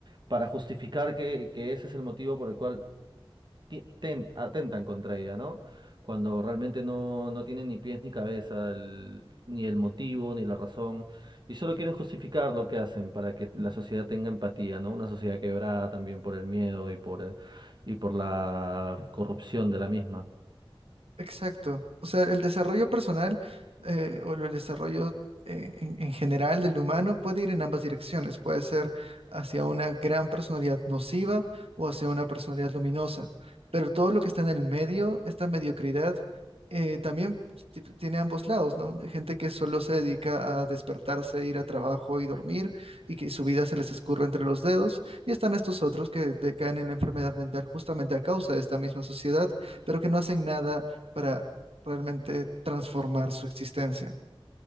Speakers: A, on the right (about 50°); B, on the right (about 80°).
A: para justificar que, que ese es el motivo por el cual ti- ten- atentan contra ella, ¿no? Cuando realmente no, no tienen ni pies ni cabeza, el- ni el motivo, ni la razón, y solo quieren justificar lo que hacen para que la sociedad tenga empatía, ¿no? Una sociedad quebrada también por el miedo y por, eh, y por la corrupción de la misma.
B: Exacto. O sea, el desarrollo personal eh, o el desarrollo eh, en, en general del humano puede ir en ambas direcciones. Puede ser hacia una gran personalidad nociva o hacia una personalidad luminosa. Pero todo lo que está en el medio, esta mediocridad, eh, también ti- tiene ambos lados, ¿no? De Gente que solo se dedica a despertarse, ir a trabajo y dormir y que su vida se les escurre entre los dedos. Y están estos otros que decaen en la enfermedad mental justamente a causa de esta misma sociedad, pero que no hacen nada para realmente transformar su existencia.